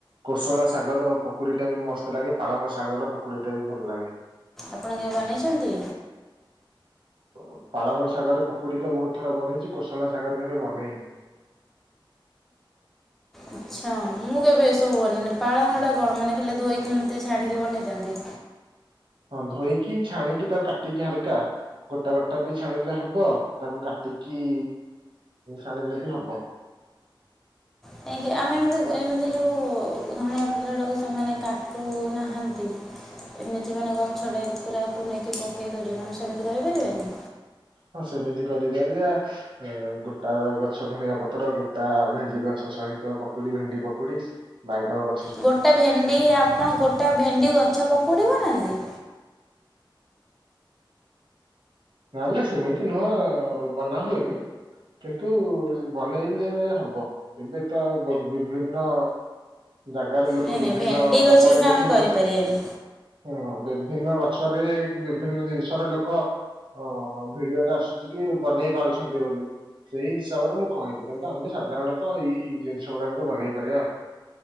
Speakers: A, on the right; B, in the centre.
A: କୋଶଳା ଶାଗର ପକୁଡିଟା ବି ମସ୍ତ ଲାଗେ ପାଳଙ୍ଗ ଶାଗର ପକୁଡିଟା ବି ଭଲ ଲାଗେ।
B: ଆପଣ କେବେ ବନେଇଚନ୍ତି?
A: ପ ପାଳଙ୍ଗ ଶାଗରେ ପକୁଡି ତ ବହୁତ ଥର ବନେଇଚି କୋଶଳା ଶାଗର କେବେ ବନେଇନି।
B: ଆଛା ମୁଁ କେବେ ଏସବୁ ବନିନି ପାଳଙ୍ଗଟା କଣ ମାନେ ଖାଲି ଧୋଇକି ଏମିତି ଛାଣିକି ବନେଇଥାନ୍ତି?
A: ହଁ ଧୋଇକି ଛାଣିକି ତାକୁ କାଟିକି ହାଲକା। ଗୋଟା ଗୋଟା ବି ଛାଣିଲେ ହବ ତାକୁ କାଟିକି ଛାଣିଲେ ବି ହବ।
B: କାହିଁକି ଆମେ ଏମିତି ଏମିତି ଯୋଉ ଧଣିଆ ପତ୍ରଟାକୁ ସେମାନେ କାଟୁନାହାନ୍ତି ଏମିତି ମାନେ ଗଛଟାକୁ ପୁରାକୁ ନେଇକି ପକେଇ ଦଉଚନ୍ତି ଆମେ ସେମିତି କରି ପାରିବାନି?
A: ହଁ, ସେମିତି କରିପାରିବା। ଏ ଗୋଟା ଗଛ ଧଣିଆ ପତ୍ର ଗୋଟା ଭେଣ୍ଡି ଗଛ ସହିତ ପକୁଡି ଭେଣ୍ଡି ପକୁଡି ବାଇଗଣ ଗ
B: ଗୋଟେ ଭେଣ୍ଡି ଆପଣ ଗୋଟା ଭେଣ୍ଡି ଗଛ ପକୁଡ଼ି ବନାନ୍ତି?
A: ନାଲେ ସେମିତି ନୁହଁ ବନା ହୁଏନି। କିନ୍ତୁ ବନେଇଲେ ହବ। ଏବେ ତ ବିଭିନ୍ନ ଜାଗାରେ ଲୋକ
B: ନାଇଁ ନାଇଁ
A: ବିଭିନ୍ନ
B: ଭେଣ୍ଡି ଗଛଟା
A: ଆପଣ ଦେଖେଇ
B: ଆମେ କରିପାରିବାନି
A: ପାରୁଥିବେ ହଁ ବିଭିନ୍ନ ଗଛରେ କି ବିଭିନ୍ନ ଜିନିଷରେ ଲୋକ ଅ ଭିଡିଓରେ ଆସୁଚିକି ବନେଇ ପାରୁଛନ୍ତି ବୋଲି। ସେଇ ହିସାବରେ ମୁଁ କହିଲି କିନ୍ତୁ ଆମେ ସାଧାରଣତଃ ଏଇ ଜିନିଷ ଗୁଡାକରେ ବନେଇ ପାରିବା।